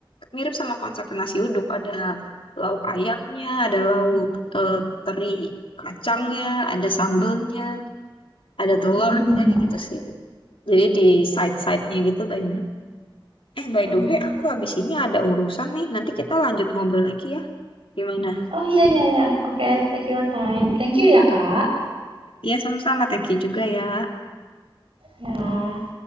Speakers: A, on the left (about 85°); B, on the right (about 80°).
A: mirip sama konsep nasi uduk ada lauk ayamnya ada lauk eh, teri kacangnya ada sambelnya ada telurnya
B: Mm-mm.
A: gitu sih jadi di side-side-nya gitu banyak eh by
B: Oh,
A: the way aku habis ini ada urusan nih nanti kita lanjut ngobrol lagi ya gimana
B: oh iya iya iya. Oke, take your time. Thank you ya Kak.
A: ya sama-sama thank you juga ya
B: Ya.